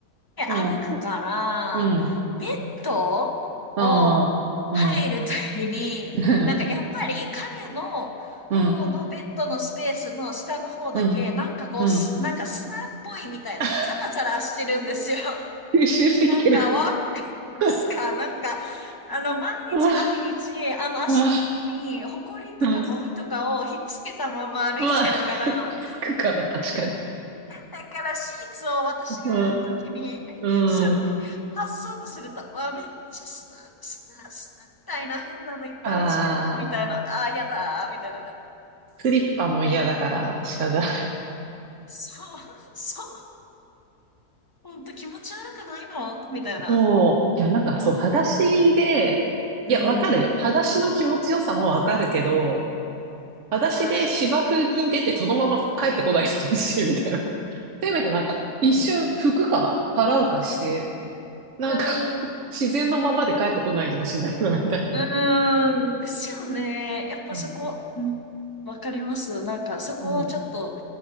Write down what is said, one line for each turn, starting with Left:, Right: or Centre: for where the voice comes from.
Left: で歩くから、
Right: うん。うん。
Left: ベッドを入るときに、
Right: ああ、うん。<laughs>
Left: なんかやっぱり彼の方のベッドのスペースの下の方だけ、
Right: うん。うん。
Left: なんかこう、
Right: うん。
Left: すなんか砂っぽいみたいな、
Right: <laughs>
Left: ザラザラしてるんですよ。
Right: 吸収してきてるか。
Left: なんか、わ
Right: <laughs>
Left: すか、なんか、あの、毎日毎日、
Right: あ
Left: あの、足の裏に、
Right: あ、
Left: ほこりとかゴミとかをひっつけたまま歩いてるから、
Right: うん。うん。まあ、つくから、確かに。
Left: だからシーツを私が洗うときに、
Right: うん。うん。
Left: それ、発そうとすると、わ、めっちゃスナ、スナ、スナみたいな変なのいっぱい落ちてる、
Right: ああ、
Left: みたいな、あー、やだー、みたいな。
Right: スリッパも嫌だから、鹿が。
Left: そう、そう、ほんと気持ち悪くないのみたいな。
Right: そう。いや、なんかそう、裸足で、
Left: うん。
Right: いや、わかるよ。裸足の気持ちよさもわかるけど、裸足で芝生に出てそのまま帰ってこないでほしいみたいな。
Left: うん。
Right: <laughs> せめてなんか、一瞬服か払うかして、なんか
Left: う
Right: <laughs>
Left: ん
Right: 自然のままで帰ってこないでほしいんだけど、みたいな。
Left: うーん、ですよね。やっぱそこ、
Right: うん、
Left: うん、わかります。なんかそこはちょっと、
Right: そ